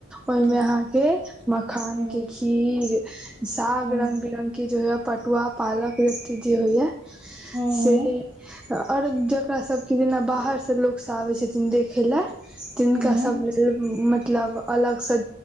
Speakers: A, in the centre; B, on the right (about 20°).
A: ओहिमे
B: हूँ
A: अहाँके मखानके
B: हूँ
A: खीर साग
B: हूँ
A: रंग बिरंग के जे होइये पटुआ पालक रत्ती जे होइये
B: हूँ
A: से आओर जकरा सब के जेना बाहरसँ लोक सब आबै छथिन देखै लऽ तिनका
B: हूँ हूँ
A: सभ लेल मतलब अलग से